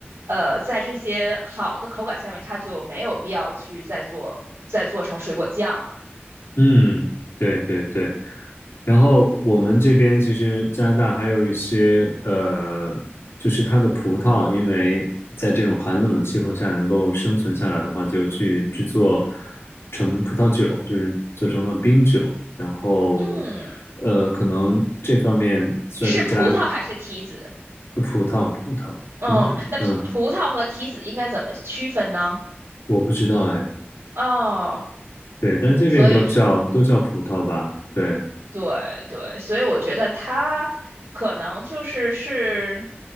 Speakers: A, on the right (about 85°); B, on the left (about 70°).
A: 呃在这些好的口感下面，它就没有必要去再做再做成水果酱了。
B: 嗯，对对对。然后我们这边其实加拿大还有一些呃，就是它的葡萄，因为在这种寒冷的气候下能够生存下来的话，就去制作成葡萄酒，就是做成了冰酒。然后
A: 嗯，
B: 呃，可能这方面算是加
A: 是葡萄还是提子？
B: 葡葡萄，
A: 嗯，
B: 应该嗯，
A: 那葡萄和提子应该怎么区分呢？
B: 我不知道哎，
A: 哦，
B: 对，但是这边都叫都叫葡萄吧，
A: 所以是，
B: 对，
A: 对对，所以我觉得它可能就是是